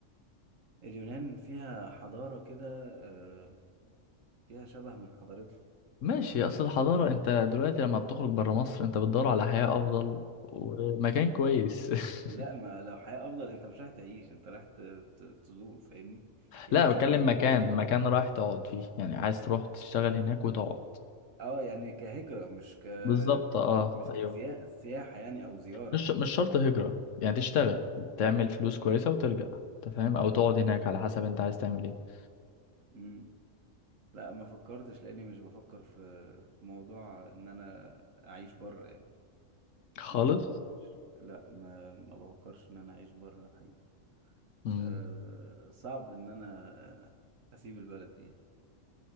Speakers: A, on the right; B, on the left.
A: اليونان فيها حضارة كده آه، فيها شبه من حضارتنا
B: ماشي اصل الحضارة انت دلوقتي لما بتخرج برا مصر انت بتدور على حياة افضل ومكان كويس
A: لا
B: <laughs>
A: ما لو حياة أفضل أنت مش رايح تعيش أنت رايح ت- ت- تزور فاهمني يعني
B: لا
A: مش
B: انت بتكلم
A: رايح تهاجر
B: مكان
A: وتقعد
B: مكان رايح تقعد فيه يعني عايز تروح تشتغل هناك وتقعد
A: أه يعني كهجرة مش ك
B: بالظبط اه
A: مش
B: ايوه
A: كسياحة يعني أو زيارة
B: مش مش شرط هجرة يعني تشتغل تعمل فلوس كويسة وترجع انت فاهم او تقعد هناك على حسب انت عايز تعمل ايه
A: مم. لا ما فكرتش لأني مش بفكر في في موضوع إن أنا أعيش بره يعني
B: خالص
A: ما فكرتش لا ما ما بفكرش إن أنا أعيش بره الحقيقة
B: امم
A: أه صعب إن أنا آه، أسيب البلد دي